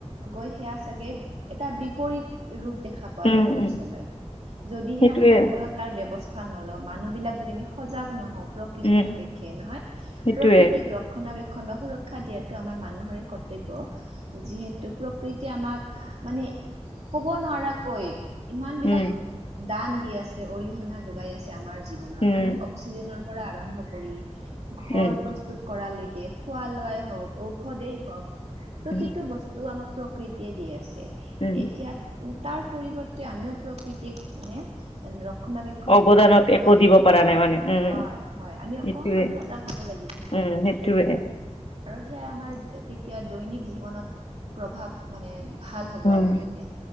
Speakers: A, on the right; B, on the left.
A: গৈ সেইয়া চাগে এটা বিপৰীত ৰূপ দেখা পোৱা
B: উম
A: যাব
B: উম
A: পিছলে। যদিহে
B: সেইটোয়ে
A: আমি সময়ত তাৰ ব্যৱস্থা নলওঁ, মানুহ বিলাক যদি আমি সজাগ নহওঁ প্ৰকৃতি
B: উম
A: সাপেক্ষে নহয়
B: সেইটোয়ে
A: প্ৰকৃতিক ৰ ৰক্ষণাবেক্ষণ বা সুৰক্ষা দিয়াটো আমাৰ মানুহৰে কৰ্তব্য। যিহেতু প্ৰকৃতিয়ে আমাক মানে ক'ব নোৱাৰাকৈ ইমান
B: উম
A: বিলাক দান দি আছে, অৰিহণা যোগাই আছে আমাৰ জীৱনত।
B: উম
A: আমি অক্সিজেনৰ পৰা আৰম্ভ কৰি ঘৰ
B: উম
A: প্ৰস্তুত প্ৰস্তুত কৰালৈকে খোৱা লোৱাই হওক, ঔষধেই হওঁক প্ৰতিটো
B: উম
A: বস্তু এইটো আমাক প্ৰকৃতিয়ে দি আছে।
B: উম
A: এতিয়া তাৰ পৰিৱৰ্তে আমিও প্ৰকৃতি প্ৰকৃতিক মানে ৰক্ষণাবেক্ষণ
B: অৱদানত
A: দিয়াৰ ক্ষেত্ৰত
B: একো দিব পৰা
A: অ'
B: নাই মানে উম
A: হয় হয় আমি
B: সেইটোয়ে
A: অকনমান সজাগ হ'ব লাগিব সেইটো
B: উম
A: ক্ষেত্ৰত।
B: সেইটোয়ে
A: আৰু সেইয়া আমাৰ তেতিয়া দৈনিক জীৱনত প্ৰভাৱ মানে ভাল হ'ব
B: উম
A: আৰু তেতিয়া